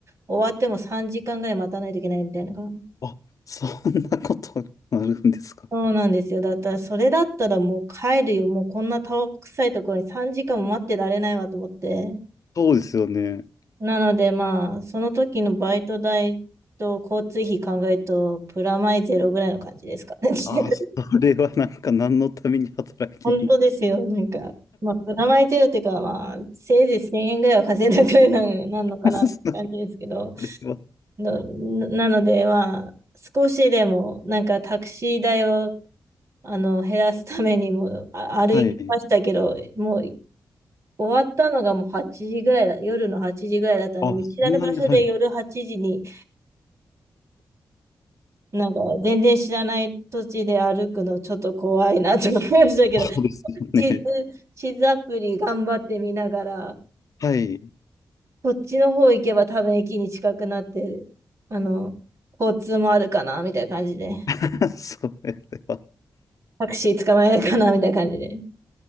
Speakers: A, on the right; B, on the left.
A: 終わっても3時間ぐらい待たないといけないみたいな感じ。
B: あ、そんなことあるんですか
A: そうなんですよ。だったら、それだったらもう帰るよ。もうこんなタバコ臭いところに3時間も待ってられないわと思って。
B: そうですよね。
A: なのでまあ、その時のバイト代と交通費考えると、プラマイゼロぐらいの感じですかね。<laughs>
B: ああ、それはなんか何のために働きに行って。
A: 本当ですよ。なんか、まあ、プラマイゼロっていうか、まあ、せいぜい1000円ぐらいは稼いだくらいな、なんのかなって感じですけど、
B: <laughs> それは。
A: のなので、まあ、少しでも、なんかタクシー代をあの減らすためにもあ歩きましたけど、
B: はい。
A: もう終わったのがもう8時ぐらいだ、夜の8時ぐらいだったんで、
B: あ、
A: 見知らぬ場所で夜8時に、
B: そんなに、はい。
A: なんか全然知らない土地で歩くのちょっと怖いなと思いましたけど、
B: そうですよね。
A: 地図、地図アプリ頑張って見ながら、
B: はい。
A: こっちの方行けば多分駅に近くなって、あの、交通もあるかな、みたいな感じで。
B: <laughs> それは
A: タクシー捕まえるかな、みたいな感じで。